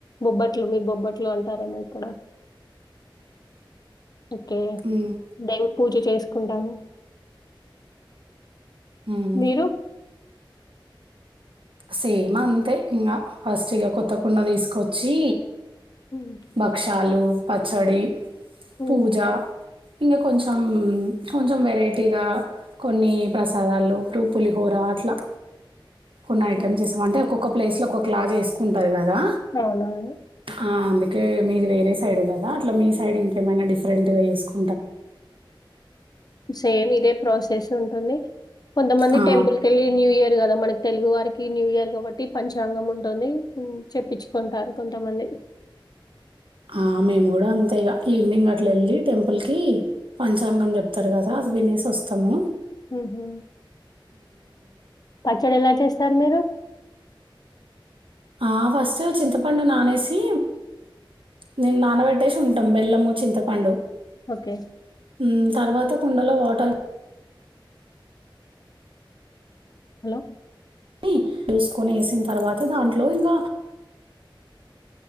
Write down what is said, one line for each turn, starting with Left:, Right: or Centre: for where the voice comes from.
Left: బొబ్బట్లు మీ బొబ్బట్లు అంటారేమో ఇక్కడ ఓకే
Right: మ్మ్,
Left: దేవ్ పూజ చేసుకుంటాను
Right: మ్మ్.
Left: మీరు
Right: సేమ్ అంతే ఇంగ ఫస్ట్ ఇగ కొత్తకుండ తీసుకొచ్చి
Left: మ్మ్.
Right: భక్షాలు పచ్చడి
Left: మ్మ్.
Right: పూజా ఇంగ కొంచెం కొంచెం వెరైటీగా కొన్ని ప్రసాదాలు ఇప్పుడు పులిహోర అట్లా కొన్ని
Left: ఓకే.
Right: ఐటమ్స్ చేసాం అంటే ఒక్కొక్క ప్లేస్ ఒక్కొక్క ల జేసుకుంటారు కదా
Left: ఎవల్ అండి
Right: ఆ, అందుకే మీరు వేరే సైడ్ కదా అట్లా మీ సైడ్ ఇంకేమైనా డిఫరెంట్ గా చేసుకో
Left: సేమ్ ఇదే ప్రాసెస్ టుంది కొంత మంది
Right: ఆ,
Left: టెంపుల్ కెళ్ళి న్యూ ఇయర్ ఉంది కదా మనకి తెలుగు వారికి న్యూ ఇయర్ కాబట్టి పంచాంగం ఉంటుంది చెప్పించుకుంటారు కొంతమంది
Right: ఆ మేము గూడా అంతే ఇగ ఈవినింగ్ అట్లా వెళ్ళి టెంపుల్ కి పంచాంగం చెప్తారు కదా వినేసివస్తాము
Left: మ్మ్ హు పచ్చడి ఎలా చేస్తారు మీరు
Right: ఆ ఫస్ట్ చింతపండు నానేసి నేను నానబెట్టేసి ఉంటాం బెల్లము చింతపండు
Left: ఓకే.
Right: మ్మ్ తర్వాత కుండలో వాటర్
Left: హలో
Right: డి చూసుకొని వేసిన తర్వాత దాంట్లో ఇంగ